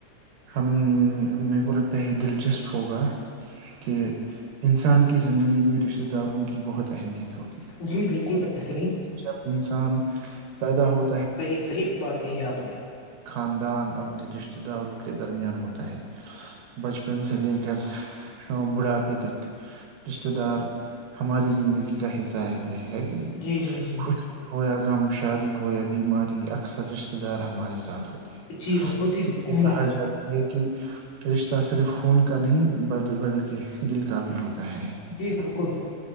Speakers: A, on the right; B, on the left.
A: ہم میر کو لگتا ہی دلچسپ ہوگا کہ انسان کی زندگی میں رشتہ داروں کی بہت اہمیت ہے ہوتی
B: جی بالکل بہترین
A: جب انسان پیدا ہونے
B: صحیح صحیح بات کہی آپ نے
A: خاندان اپنے رشتتے داروں کے درمیان ہوتا ہے بچپن سے لے کر بڑھاپے تک رشتہ دار ہماری زندگی کا حصہ رہتے ہےکہ نہیں
B: جی جی جی
A: خوش بھی ہویا غم شادی ہو بیماری اکثر رشتے دار ہمارے ساتھ ہوتے ہیں
B: جی بہت ہی
A: اس لیے
B: عمدہ
A: کہا جاتا ہے کہ جی صرف خون کا نہیں بل بلکہ دل کا بھی ہوتا ہے
B: جی بالکل